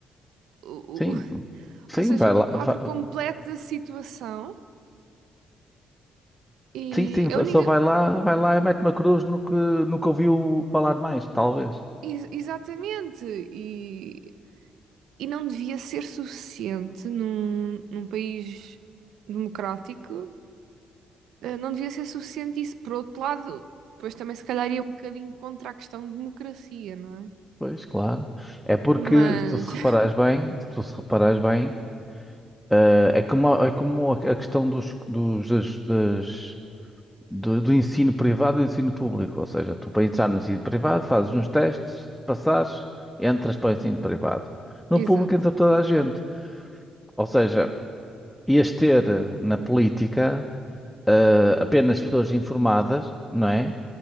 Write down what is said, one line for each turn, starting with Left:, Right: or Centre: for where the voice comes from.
Right: o,
Centre: Sim,
Right: o-
Centre: sim,
Right: ou seja,
Centre: vai lá,
Right: o quadro
Centre: va-
Right: completo da situação e
Centre: sim, sim,
Right: a única.
Centre: só vai lá, vai lá e mete uma cruz no que, no que ouviu falar mais, talvez.
Right: ex- Exatamente, e e não devia ser suficiente num, num país democrático, eh, não devia ser suficiente isso. Por outro lado, depois também se calhar ia um bocadinho contra a questão de democracia, não é?
Centre: Pois, claro. É porque,
Right: Mas,
Centre: se tu se reparares
Right: <laughs>
Centre: bem, se tu se reparares bem, eh, é como, a- é como a a questão dos, dos, das, das- do, do ensino privado e do ensino público. Ou seja, tu para entrar no ensino privado fazes uns testes, se passares, entras para o ensino privado. No
Right: exato,
Centre: público entra toda a gente. Ou seja, ias ter eh, na política eh, apenas pessoas informadas, não é?